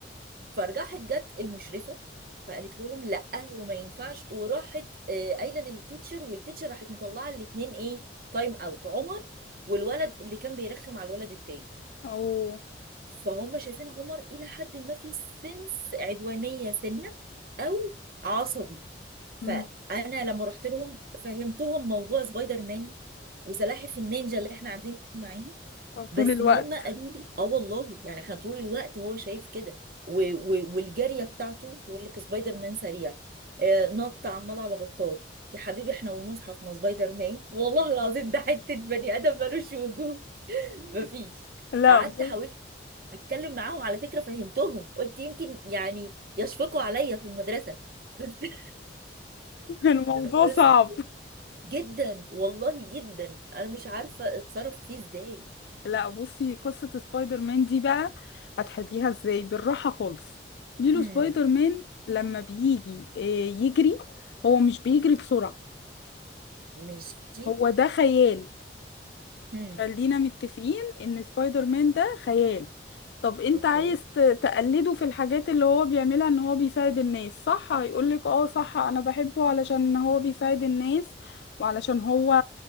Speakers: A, on the right; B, on the left.
A: فراحت جت المشرفه فقالت لهم لا وما ينفعش وراحت آه، قايله للتيتشر والتيتشر راحت مطلعه الاثنين ايه تايم اوت عمر والولد اللي كان بيرخم على الولد التاني
B: أو
A: فهم شايفين عمر الى حد ما في سنس عدوانيه سنه او عصبي فانا
B: مم.
A: لما رحت لهم فهمتهم موضوع سبايدر مان وسلاحف النينجا اللي احنا قاعدين معاه
B: آه،
A: بس
B: طول الوقت
A: هم قالوا لي اه والله يعني احنا طول الوقت هو شايف كده و... و... والجاريه بتاعته يقول لك سبايدر مان سريع آه نط عمال على بطال يا حبيبي احنا والمصحف ما سبايدر مان والله العظيم ده حته بني ادم ملوش وجود <laughs> مفيش
B: لا
A: قعدت
B: بص،
A: حاولت اتكلم معاهم على فكره فهمتهم قلت يمكن يعني يشفقوا عليا في المدرسه بس <laughs>
B: الموضوع
A: بس
B: صعب
A: جدا والله جدا انا مش عارفه اتصرف فيه ازاي
B: لا بصي قصة سبايدر مان دي بقى هتحليها ازاي بالراحة خالص ليلو
A: هم
B: سبايدر مان لما بيجي آه، يجري هو مش بيجري بسرعة
A: ماشي
B: هو ده خيال
A: هم.
B: خلينا متفقين ان سبايدر مان ده خيال طب انت
A: اوكي
B: عايز ت- تقلده في الحاجات اللي هو بيعملها ان هو بيساعد الناس صح هيقولك اه صح انا بحبه علشان هو بيساعد الناس وعلشان هو